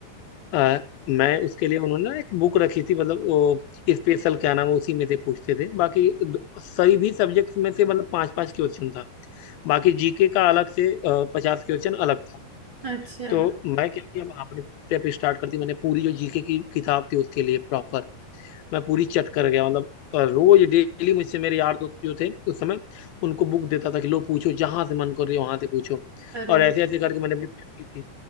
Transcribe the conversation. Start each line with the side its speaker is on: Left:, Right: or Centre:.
Left: अ, मैं उसके लिए उन्होंने ना एक बुक रखी थी मतलब वो स्पेशल क्या नाम है, उसी में से पूछते थे बाकी दो- सही भी सब्जेक्ट्स में से मतलब पांच पांच क्वेश्चन था बाकी जीके का अलग से पचास क्वेश्चन अलग था
Right: अच्छा
Left: तो मैं क्या किया अपने प्रेप स्टार्ट कर दी मैंने पूरी जो जीके की किताब थी उसके लिए प्रॉपर मैं पूरी चट कर गया मतलब अ, रोज डेली मुझसे मेरे यार दोस्त जो थे उस समय उनको बुक देता था कि लो पूछो जहां से मन कर रही है वहां से पूछो
Right: अरे
Left: और ऐसे
Right: वाह
Left: ऐसे करके मैंने अपनी prep की थी